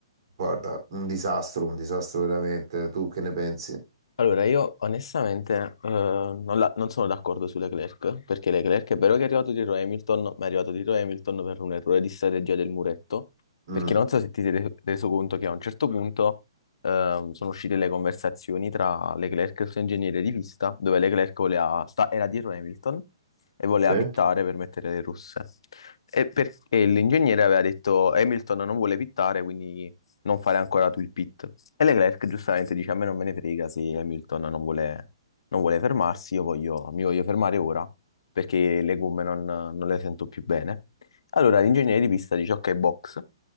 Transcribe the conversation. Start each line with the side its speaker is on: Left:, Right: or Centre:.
Right: Guarda, un disastro, un disastro veramente. Tu che ne pensi?
Left: Allora, io onestamente eh, non, la- non sono d'accordo su Leclerc, perché Leclerc è vero che è arrivato dietro Hamilton, ma è arrivato dietro Hamilton per un errore di strategia del muretto,
Right: Mm.
Left: perché non so se ti sei re- reso conto che a un certo punto ehm, sono uscite le conversazioni tra Leclerc e il suo ingegnere di pista, dove Leclerc voleva sta- era dietro Hamilton e voleva
Right: Sì?
Left: pittare per mettere le russe. E perché l'ingegnere aveva detto Hamilton non vuole pittare, quindi non fare ancora tu il pit. E Leclerc giustamente dice: A me non me ne frega se Hamilton non vuole, non vuole fermarsi, io voglio- mi voglio fermare ora perché le gomme non, non le sento più bene. Allora l'ingegnere di pista dice: Ok, box.